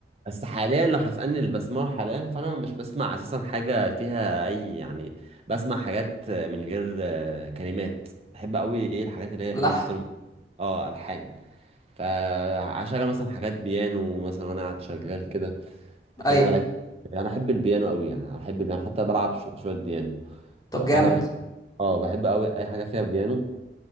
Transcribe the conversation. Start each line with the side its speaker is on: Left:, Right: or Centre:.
Right: بس حاليا لو هتسالني اللي بسمعه حاليا فانا مش بسمع اساسا حاجه فيها اي يعني بسمع حاجات من غير آه، كلمات بحب قوي ايه الحاجات اللي هي
Left: لحن
Right: انسترومنت اه الحان فعشان مثلا حاجات بيانو مثلا وانا قاعد شغال كده تخليني
Left: ايوه
Right: اركز يعني انا احب البيانو قوي يعني أنا احب يعني حتى بلعب شو- شويه بيانو
Left: طب جامد
Right: فانا بحب اه بحب قوي اي حاجه فيها بيانو